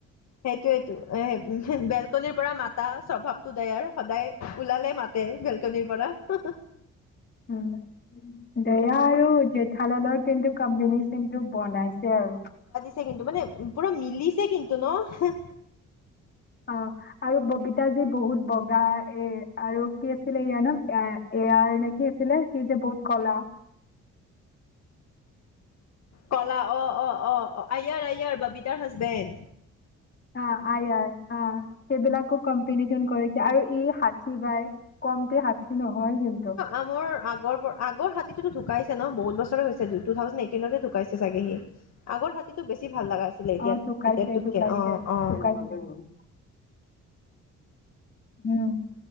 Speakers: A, on the left; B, on the left.
A: সেইটোয়েইটো এ বেলকনিৰ পৰা মাতা স্বভাৱটো দয়াৰ সদায় ওলালে মাতে বেলকনিৰ পৰা হু হু
B: উম দয়া আৰু জেঠালালৰ কিন্তু কম্বিনেশন কিন্তু বনাইছে আৰু
A: ছে কিন্তু মানে পুৰা মিলিছে কিন্তু ন।
B: অ আৰু ববিতাজী বহুত বগা এ আৰু কি আছিলে ইয়া ন এ এয়া এনে কি আছিলে সি যে বহুত কলা
A: কলা অ অ অ অ আয়াৰ আয়াৰ ববিতাৰ হাজবেণ্ড।
B: অ আয়াৰ অ সেইবিলাকো কম্পিনেশচন কৰিছে আৰু ই ষাঠি বাই কমটি শাস্তি নহয় কিন্তু
A: আমাৰ আগৰ আগৰ হাতীটোতো ঢুকাইছে ন বহুত বছৰে হৈছে টু থাউজেণ্ড এইটিনতে ঢুকাইছে চাগে সি আগৰ হাতীতো বেছি ভাল লগা আছিলে এতিয়া
B: অ ঢুকাইছে
A: এতিয়াটোতকে
B: ঢুকাইছে
A: অ অ।
B: <unintelligible> উম